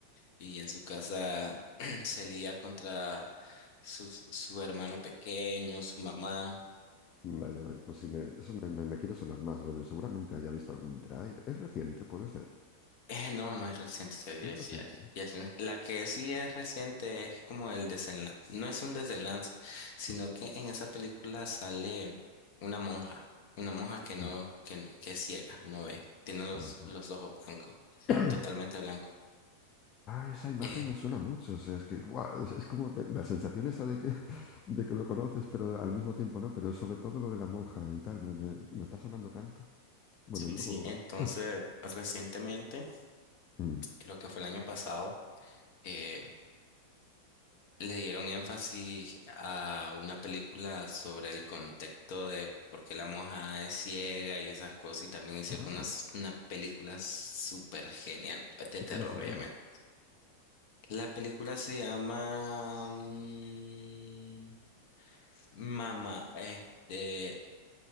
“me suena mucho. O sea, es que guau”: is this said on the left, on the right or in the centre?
Left